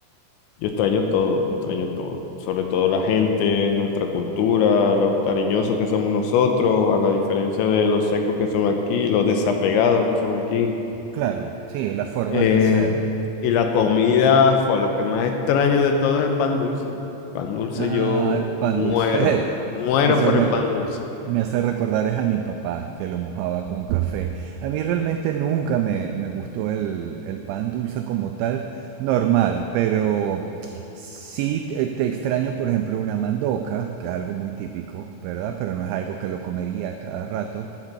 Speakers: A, on the left (about 75°); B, on the right (about 85°).
A: Yo extraño todo, yo extraño todo, sobre todo la gente, nuestra cultura, los cariñosos que somos nosotros, a la diferencia de los secos que son aquí, los desapegados que son aquí.
B: Claro, sí, las formas
A: Eh,
B: de ser.
A: y la comida fue lo que más extraño de todo es el pan dulce. Pan dulce
B: Ah,
A: yo
B: el pan
A: muero,
B: dulce. <laughs>
A: muero
B: Eso
A: por
B: me,
A: el pan dulce.
B: me hace recordar es a mi papá que lo mojaba con café. A mí realmente nunca me, me gustó el, el pan dulce como tal, normal, pero sí te te extraño, por ejemplo, una mandoca, que es algo muy típico, ¿verdad? Pero no es algo que lo comería cada rato.